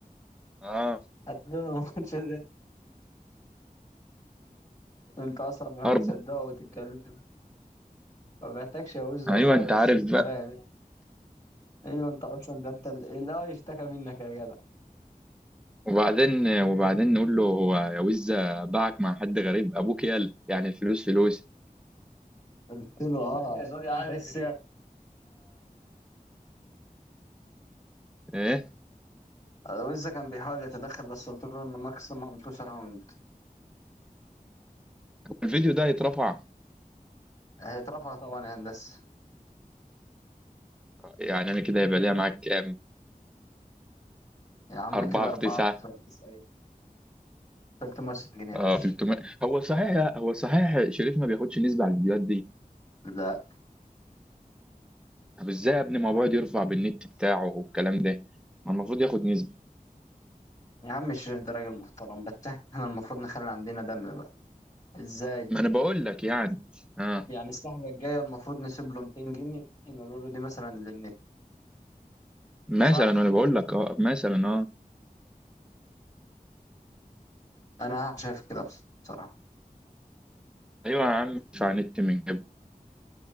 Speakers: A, in the centre; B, on the left.
A: اه
B: هتحللوه <laughs> الماتش ده انت اصلا ما
A: اربع
B: بتصدقه وتتكلم ما بحتاجش يا وز
A: ايوه
B: والله
A: انت
B: بس
A: عارف
B: انت
A: بقى
B: فاهم يعني ايوه انت اصلا ده انت اللي اللي هو يشتكى منك يا جدع
A: وبعدين وبعدين نقول له هو يا وزة باعك مع حد غريب ابوك يالا يعني الفلوس فلوس
B: قلت له والله يا اه زوري عارف بس إن- يا-
A: ايه
B: ويزا كان بيحاول يتدخل بس قلت له ان ماكسيمم تو ساوند
A: الفيديو ده هيترفع
B: هيترفع طبعا يا هندسه
A: يعني انا كده هيبقى ليا معاك كام
B: يا عم
A: 4
B: كده أربعة
A: في 9
B: في 90 360 جنيه
A: آه
B: يا باشا
A: 300 هو صحيح هو صحيح شريف ما بياخدش نسبة على الفيديوهات دي
B: لا
A: طب ازاي يا ابني ما هو بيقعد يرفع بالنت بتاعه والكلام ده ما المفروض ياخد نسبة
B: يا عم الشريف ده راجل محترم بس احنا المفروض نخلي عندنا دم بقى ازاي
A: ما انا بقول لك يعني اه
B: يعني السحبة الجاية المفروض نسيب له 200 جنيه نقول له دي مثلا للنت
A: مثلا
B: صح
A: ما انا بقول لك اه مثلا اه
B: انا شايف كده بصراحة
A: ايوه يا عم ادفع نت من جنب